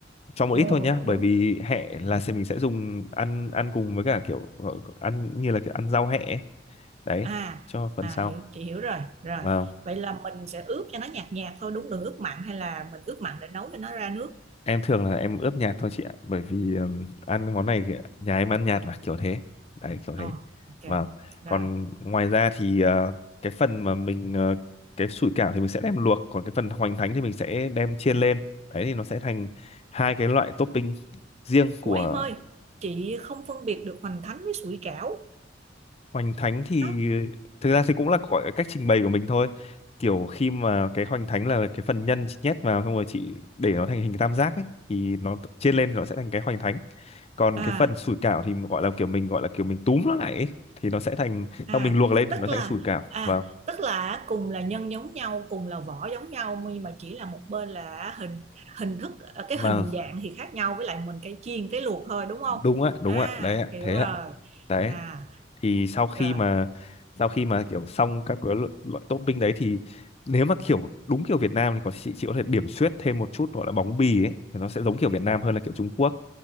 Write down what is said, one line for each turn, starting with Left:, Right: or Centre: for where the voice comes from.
Left: cho một
Right: ồ,
Left: ít thôi nhá bởi
Right: đúng
Left: vì hẹ là sẽ mình sẽ dùng ăn ăn cùng với cả kiểu gọi- ăn như là kiểu ăn rau hẹ ấy. đấy
Right: à
Left: cho phần
Right: à
Left: sau
Right: hiểu chị hiểu rồi rồi
Left: Vâng
Right: vậy là mình sẽ ướp cho nó nhạt nhạt thôi đúng đừng ướp mặn hay là mình ướp mặn để nấu cho nó ra nước
Left: em thường là em ướp nhạt thôi chị ạ bởi vì ừm, ăn món này thì nhà em ăn nhạt mà kiểu thế đấy kiểu
Right: ồ
Left: thế
Right: ok
Left: và
Right: rồi
Left: còn ngoài ra thì ờ, cái phần mà mình ờ, cái sủi cảo thì mình sẽ đem luộc còn cái phần hoành thánh thì mình sẽ đem chiên lên đấy thì nó sẽ thành hai cái loại topping riêng của
Right: ủa em ơi chị không phân biệt được hoành thánh với sủi cảo
Left: hoành thánh thì
Right: nó
Left: thực ra thì cũng là gọi cách trình bày của mình thôi kiểu khi mà cái hoành thánh là cái phần nhân chị nhét vào xong rồi chị để nó thành hình tam giác ấy thì nó chiên lên thì nó sẽ thành cái hoành thánh còn
Right: à
Left: cái phần sủi cảo thì gọi là kiểu mình gọi là kiểu mình túm nó lại ấy. thì nó sẽ thành
Right: à
Left: sau mình luộc lên
Right: tức
Left: thì nó sẽ
Right: là
Left: thành sủi cảo
Right: à
Left: vâng
Right: tức là cùng là nhân giống nhau cùng là vỏ giống nhau nhưng mà chỉ là một bên là hình hình thức ờ, cái
Left: vâng
Right: hình dạng thì khác nhau với lại mình cái chiên cái luộc thôi đúng không
Left: đúng ạ đúng
Right: à
Left: ạ đấy ạ
Right: hiểu
Left: thế
Right: rồi
Left: ạ đấy
Right: à
Left: thì sau khi
Right: rồi
Left: mà sau khi mà kiểu xong các cái loại, loại topping đấy thì nếu mà kiểu đúng kiểu Việt Nam thì có chị chị có thể điểm xuyết thêm một chút gọi là bóng bì ấy thì nó sẽ giống kiểu Việt Nam hơn là kiểu Trung Quốc